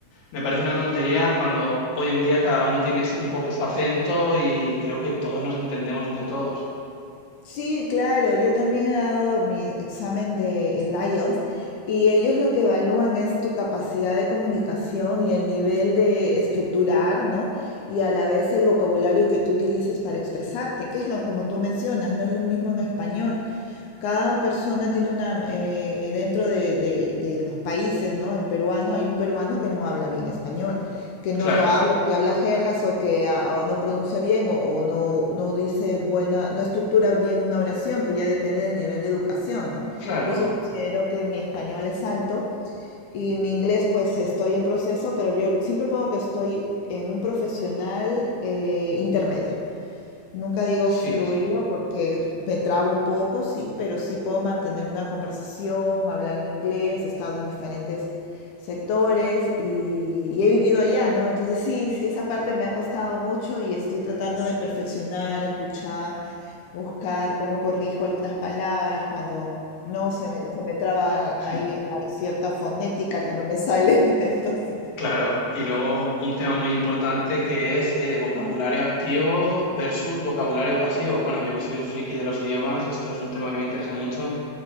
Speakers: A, on the left; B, on the left.
A: me parece una tontería cuando hoy en día cada uno tiene su- un poco su acento y creo que todos nos entendemos entre todos.
B: sí, claro, yo también he dado mi examen de el IELTS y ellos lo que evalúan es tu capacidad de comunicación y el nivel de estructurar, ¿no? Y a la vez el vocabulario que tú utilices para expresarte, que es lo como tú mencionas, no es lo mismo en español. Cada persona tiene una, eh, eh, dentro de, de- de los países, ¿no? En peruano hay un peruano que no habla bien español, que no
A: Claro,
B: lo habla, que habla jergas o que ah, o no pronuncia bien o, o no, no dice buena, no estructura bien una oración, que ya depende del nivel de educación, ¿no?
A: claro,
B: Yo sí considero que mi español es alto y mi inglés pues estoy en proceso, pero yo siempre pongo que estoy en un profesional eh, intermedio. Nunca digo
A: sí,
B: fluido
A: sí.
B: porque me trabo un poco, sí, pero sí puedo mantener una conversación, hablar en inglés, he estado en diferentes sectores y, y he vivido allá, ¿no? Entonces sí, sí, esa parte me ha costado mucho y estoy tratando de perfeccionar, escuchar, buscar cómo corrijo algunas palabras cuando no se me, se me traba
A: Hmm.
B: ahí, hay cierta fonética que no me sale, <laughs> entonces
A: Claro, y luego un tema muy importante que es eh, vocabulario activo versus vocabulario pasivo. Bueno, yo que soy un friki de los idiomas, esto es un tema que me interesa mucho